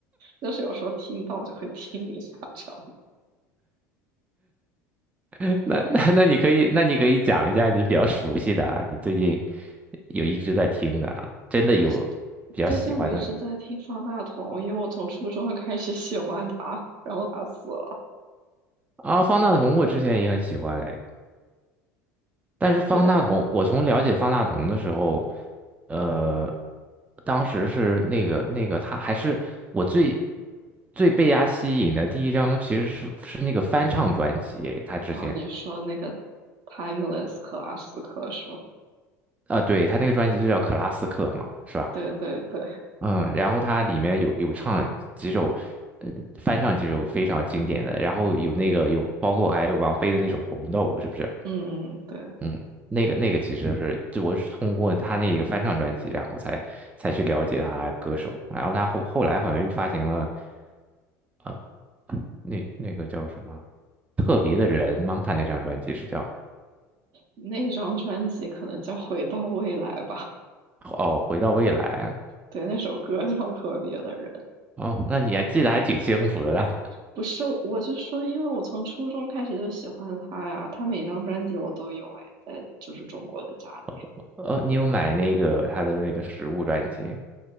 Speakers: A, on the right; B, on the right.
A: 就是有时候听到就会听一下这样。
B: <laughs> 那那那你可以，那你可以讲一下你比较熟悉的啊，你最近有一直在听的啊，真的有
A: 我这
B: 比较喜欢的
A: 最近我一直在听方大同，因为我从初中开始喜欢他，然后他死了。
B: 啊。方大同我之前也很喜欢哎，但是方大同，
A: 对，
B: 我从了解方大同的时候，呃，当时是那个那个他还是我最最被他吸引的第一张，其实是是那个翻唱专辑，他之前
A: 啊，你说那个 Timeless 克拉斯克是吗？
B: 啊，对，他那个专辑就叫《克拉斯克》嘛，是吧？
A: 对对对，
B: 嗯，然后他里面有有唱几首，呃翻唱几首非常经典的，然后有那个有包括还有王菲的那首《红豆》，是不是？
A: 嗯嗯，对，
B: 嗯，那个那个其实是，就我是通过他那个翻唱专辑，然后才才去了解他歌手，然后他后后来好像又发行了，啊，那那个叫什么特别的人吗？他那张专辑是叫
A: 那张专辑可能叫《回到未来》吧。
B: 哦，回到未来啊，
A: 对，那首歌叫《特别的人》，
B: 哦，那你还记得还挺清楚的啦。
A: 不是，我就说，因为我从初中开始就喜欢他呀，他每张专辑我都有，哎，在就是中国的家里。
B: <laughs> 哦，你有买那个他的那个实物专辑